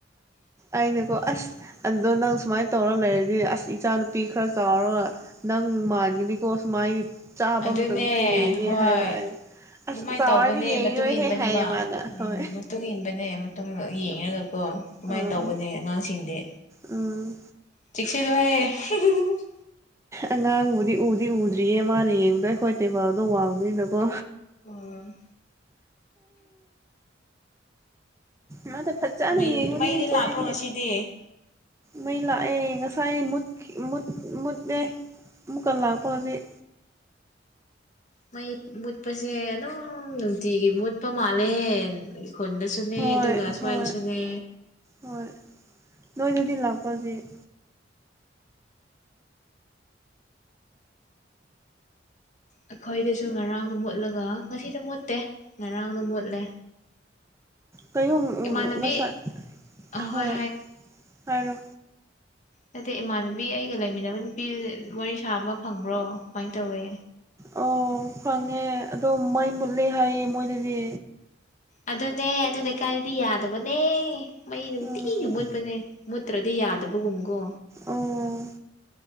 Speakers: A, on the right (about 15°); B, on the left (about 40°).
A: ꯑꯩꯅꯀꯣ ꯑꯁ ꯑꯗꯣ ꯅꯪ ꯁꯨꯃꯥꯏꯅ ꯇꯧꯔ ꯂꯩꯔꯗꯤ ꯑꯁ ꯏꯆꯥꯅꯨꯄꯤ ꯈꯔ ꯆꯥꯎꯔꯒ ꯅꯪ ꯃꯥꯟꯒꯅꯤꯀꯣ ꯁꯨꯃꯥꯏ ꯆꯥꯕ
B: ꯑꯗꯨꯅꯦ
A: ꯃꯇꯝꯗꯁꯨ ꯌꯦꯡꯉꯦ
B: ꯍꯣꯏ
A: ꯍꯥꯏꯕ
B: ꯑꯗꯨꯃꯥꯏꯅ
A: ꯑꯁ ꯆꯥꯎꯋꯥꯔꯗꯤ
B: ꯇꯧꯕꯅꯦ
A: ꯌꯦꯡꯉꯤꯣꯏꯍꯦ
B: ꯃꯇꯨꯡ ꯏꯟꯕꯅꯦꯕ
A: ꯍꯥꯏꯌꯦ ꯃꯥꯅ
B: ꯎꯝ
A: ꯍꯣꯏ
B: ꯃꯇꯨꯡ ꯏꯟꯕꯅꯦ ꯃꯇꯨꯡꯗ ꯌꯦꯡꯉꯒꯀꯣ ꯑꯗꯨꯃꯥꯏꯅ
A: ꯑꯥ
B: ꯇꯧꯕꯅꯦ ꯑꯉꯥꯡꯁꯤꯡꯗꯤ꯫
A: ꯎꯝ
B: ꯆꯦꯛꯁꯤꯜꯂꯨꯍꯦ ꯍꯤꯍꯤ
A: ꯑꯉꯥꯡꯕꯨꯗꯤ ꯎꯗꯤ ꯎꯗ꯭ꯔꯤꯌꯦ ꯃꯥꯅ ꯌꯦꯡꯕꯗꯣ ꯑꯩꯈꯣꯏ ꯇꯦꯕꯜꯗꯣ ꯋꯥꯡꯕꯅꯤꯅꯀꯣ꯫
B: ꯑꯣ ꯎꯝ
A: ꯃꯥꯗ ꯐꯖꯅ
B: ꯃꯩꯗꯤ
A: ꯌꯦꯡꯕꯅꯤ
B: ꯃꯩꯗꯤ
A: ꯀꯣꯔꯤꯌꯟ
B: ꯂꯥꯛꯄ꯭ꯔꯣ
A: ꯒꯤ
B: ꯉꯁꯤꯗꯤ
A: ꯃꯩ ꯂꯥꯛꯑꯦ ꯉꯁꯥꯏ ꯃꯨꯠ ꯃꯨꯠꯂꯦ ꯑꯃꯨꯛ ꯂꯥꯛꯄ ꯍꯥꯑꯖꯤꯛ
B: ꯃꯩ ꯃꯨꯠꯄꯁꯦ ꯑꯗꯨꯝ ꯅꯨꯡꯇꯤꯒꯤ ꯃꯨꯠꯄ ꯃꯥꯜꯂꯦ ꯈꯨꯅꯗꯁꯨꯅꯦ
A: ꯍꯣꯏ
B: ꯑꯥꯗꯨꯒ ꯁ꯭ꯋꯥꯏꯁꯨꯅꯦ
A: ꯍꯣꯏ ꯍꯣꯏ ꯅꯣꯏꯗꯗꯤ ꯂꯥꯛꯄꯔ ꯍꯣꯖꯤꯛ
B: ꯑꯩꯈꯣꯏꯗꯁꯨ ꯉꯔꯥꯡ ꯃꯨꯠꯂꯒ ꯉꯁꯤꯗ ꯃꯨꯠꯇꯦ ꯉꯔꯥꯡꯗ ꯃꯨꯠꯂꯦ
A: ꯀꯩꯅꫭ
B: ꯏꯃꯥꯟꯅꯕꯤ
A: ꯃꯁꯥꯏ
B: ꯑꯍꯣꯏ
A: ꯍꯣꯏ ꯍꯥꯏꯔꯣ
B: ꯅꯇꯦ ꯏꯃꯥꯟꯅꯕꯤ ꯑꯩꯒ ꯂꯩꯃꯤꯟꯅꯕ ꯅꯨꯄꯤ ꯋꯥꯔꯤ ꯁꯥꯕ ꯐꯪꯕ꯭ꯔꯣ ꯀꯃꯥꯏ ꯇꯧꯋꯤ
A: ꯑꯣ ꯐꯪꯉꯦ ꯑꯗꯣ ꯃꯩ ꯃꯨꯠꯂꯦ ꯍꯥꯏꯌꯦ ꯃꯣꯏꯗꯗꯤ
B: ꯑꯗꯨꯅꯦ ꯑꯗꯨ ꯂꯩꯀꯥꯏꯗꯨꯗꯤ ꯌꯥꯗꯕꯅꯦ ꯃꯩ ꯅꯨꯡꯇꯤꯒꯤ
A: ꯎꯝ
B: ꯃꯨꯠꯄꯅꯦ ꯃꯨꯠꯇ꯭ꯔꯗꯤ ꯌꯥꯗꯕꯒꯨꯝꯀꯣ
A: ꯑꯣ